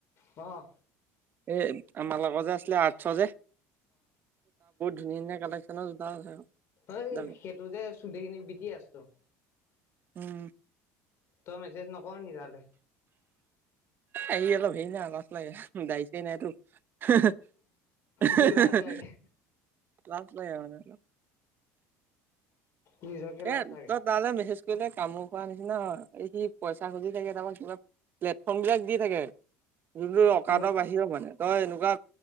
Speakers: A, on the left; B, on the right.
A: অ'
B: এই আমাৰ লগৰ যে আছিলে। আৰ্টচৰ যে ধুনীয়া ধনীয়া কালেক্ননৰ জোটা আছে।
A: ঐ
B: দামী।
A: সেইটো যে চুধখিনি বিক আছো
B: উম।
A: তই মেছেজ নকৰ নি তালে?
B: এই অলপ হেৰি না লাজ লাগে। দাড়ি- চাৰি নাইতো। হে হে অহ
A: তোৰ লাজ
B: হে হে
A: লাগে
B: লাজ লগে মানে অলপ
A: নিজকে লাজ
B: এ
A: লাগে।
B: তই তালৈ মেছেজ কামোৰ খোৱা নিচিনা। এই সি পইচা খুজি থাকে। তাৰ পিছত কিবা প্লেটফৰ্ম বিলাক দি থাকে। যোনটো অকাতৰ
A: কিয়
B: বাহিৰ মানে, তই এনেকুৱা